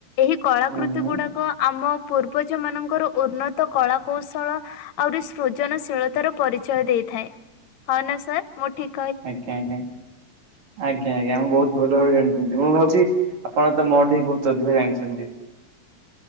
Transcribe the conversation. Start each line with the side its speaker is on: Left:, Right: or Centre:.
Left: ଏହି କଳାକୃତି
Right: ହଁ ହଁ
Left: ଗୁଡ଼ା କ ଆମ ପୂର୍ବଜ ମାନଙ୍କର ଉର୍ନ୍ନତ କଳା କୌଶଳ ଆହୁରି ସୃଜନଶୀଳତାର ପରିଚୟ ଦେଇଥାଏ। ହଁ ନା ସାର୍ ମୁଁ ଠିକ୍-
Right: ଆଜ୍ଞା ଆଜ୍ଞା। ଆଜ୍ଞା ଆଜ୍ଞା। ମୁଁ ବହୁତ୍ ଭଲ ଭାବରେ ଜାଣିଚନ୍ତି। ମୁଁ ଭାବୁଚି ଆପଣ ତ ମୋ <unintelligible> ବହୁତ୍ ଅଧିକ ଜାଣିଚନ୍ତି।